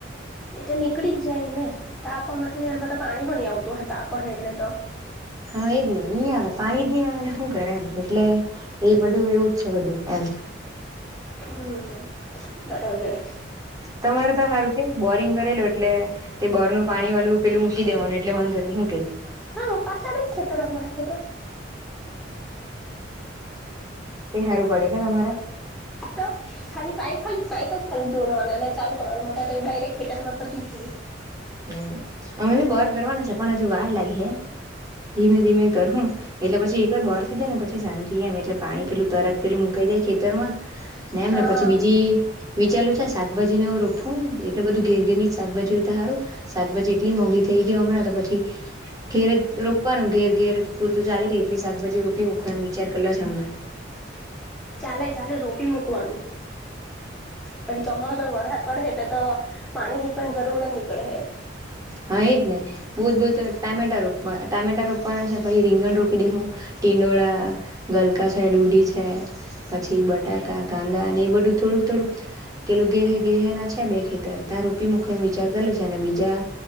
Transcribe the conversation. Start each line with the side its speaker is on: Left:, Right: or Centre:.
Centre: એ તો નીકળી જ જાય ને. તાપ હમણે તો નહેરમા પાણી હો ની આવતું હોય તાપ હોય એટલે તો.
Right: હા એજ ને ની આવે પાની જ નહી આવે ને હું કરે એમ એટલે એ બધું એવું જ છે બધું. એમ
Centre: હમ્મ બરાબર.
Right: તમારે તો હારુ કે બોરિંગ કરેલું એટલે તે બોરનું પાણી વાળું પેલું મૂકી દેવાનું એટલે વાંધો નહી હું કે.
Centre: હા પાછડી જ છે. <unintelligible>
Right: એ હારુ પડે કે તમારે.
Centre: તો ખાલી પાઇપ જ પાઇપ જ ખાલી જોડવાના અને ચાલુ કરવાનું મોટર તે ડાયરેક્ટ ખેતરમાં પોચી જ જાય.
Right: હમ્મ અમે બી બોર કરવાના છે. પણ હજુ વાર લાગી હે ધીમે-ધીમે કરહું એટલે પછી એક વાર બોર મૂકી ડેને પછી શાંતિ એમ એટલે પાણી પેલું તરત પેલું મુકાઈ જાય ખેતરમાં. ને એમ ને પછી
Centre: હા
Right: બીજી વિચારલું છે શાકભાજી ને હું રોપું એટલે બધું ઘેર-ઘેર ની જ શાકભાજી હોય તો હારુ. શાકભાજી એટલી મોંઘી થઇ ગઈ હમણાં તો પછી ઘેરે રોપવાનું ઘેર ઘેર પૂરતું ચાલી રે એટલી શાકભાજી રોપ પી મુખો એમ વિચાર કરેલો છે અમે.
Centre: ચાલે ચાલે રોપી મૂકવાનું. પછી ચોમાસું પણ વરહાદ પડે હે એટલે તો પાણી હીંચવાની જરૂર જ ની પડે હે.
Right: <inaudible> હા એ જ ને. બોજ બોજ તો ટામેટા રોપવા ટામેટા રોપવાના છે પહી રીંગણ રોપી દેહું ટીંડો ડોળા, ગલકા છે, દૂધી છે પછી બટાકા, કાંદા ને એ બધું થોડુંક થોડુંક કેેલું ઘેર હે ઘેર હે ના છે બે ખેતર તાં રોપી મુકા એવું વિચાર કરેલું છે ને બીજા